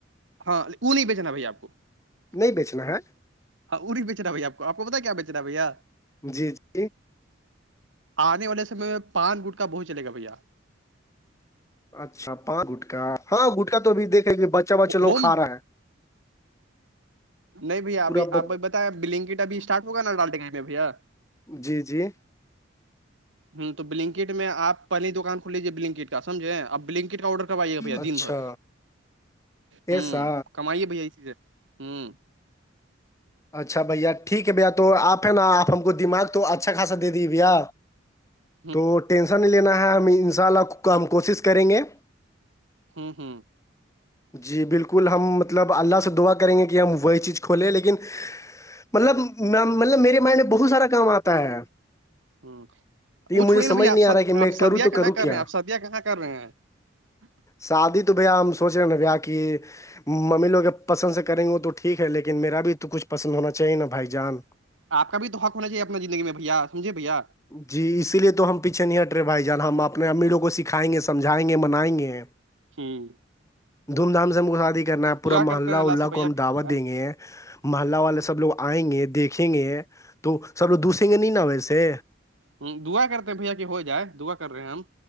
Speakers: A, on the right; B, on the left.
A: ہاں ا نہیں بیچناا بھائی آپ کو
B: نہیں بیچنا ہے
A: ہاں اوری بیچ رہا بھیا آپ آپ کو پتا کیا بیچ رہا بھیا
B: جی جی
A: آنے والے سمے میں پان گٹ کا بہت چلے گا بھیا
B: اچھا پانچ گٹا ہاں گٹکا تو بھی دیکھے گ بچہ بچے لوگ
A: ہوم
B: کا رہے ہیں
A: نہیں بھیا ابھی
B: پورا ب
A: آپ بتایا بلنکٹ اب اسٹارٹ ہوگا نا ڈال گ میں بھیا
B: جی جی
A: ہوں تو بلنکٹ میں آپ پہلی دکان کھلیجیے بلنکٹ کامجھے آپ بلنکٹ کا آڈر کروائیے گ بھیا
B: اچھا
A: دن بھر ہوں
B: ایسا
A: کمائیے بھیا یہ چیز ہے ہوں
B: اچھا بھیا ٹھیک ہے بھیا تو آپ نا آپ ہم کو دماغ تو اچھا خاصا دے دیے بھیا
A: ج <unintelligible>
B: تو ٹینشن نہیں لینا ہے ہم ان شاء اللہ ہم کوشش کریں گے
A: ہوں ہوں
B: جی بالکل ہم مطلب اللہ سے دعا کریں گے کہ ہم وہی چیز کھولیں لیکن مطلب مطلب میرے مائنڈ میں بہت سارا کام آتا ہے
A: ہ
B: لیکن
A: وہ
B: مجھے
A: چھوڑیے
B: سمجھ
A: نا بھیا
B: نہیں
A: آپد
B: آ رہا ہے کہ میں
A: آپ
B: کروں
A: سدیا
B: تو
A: کہاں
B: کروں
A: کر
B: کیا
A: رہے ہیں آپ سدیا کہاں کر رہے ہیں ا <unintelligible>
B: شادی تو بھیا ہم سوچ رہے ہیں نا بیا کہ ممی لوگ پسند سے کریں گے وہ تو ٹھیک ہے لیکن میرا بھی تو کچھ پسند ہونا چاہیے نا بھائی جان
A: آ کا بھی تو حق ہو چیے اپنا زندگی میں بھیا سمجھے بھیا
B: جی اسی لیے تو ہم پیچھے نہیں ہٹ رہے بھائی جان ہم اپنے امیروں کو سکھائیں گے سمجھائیں گے منائیں گے
A: ہوں
B: دھوم دھام سے ہم کو شادی کرنا ہے پورا
A: دعا کرتے
B: محلہ
A: ہیں
B: اللہ
A: سے بھیا
B: کو ہم
A: کی
B: دعوت
A: ہو جائے
B: دیں گے محلہ والے سب لوگ آئیں گے دیکھیں گے تو سب لوگ دوسیں گے نہیں نا ویسے
A: ہ دعا کرتے ہیں بھیا کہ ہو جائے دعا کر رہے ہیں ہم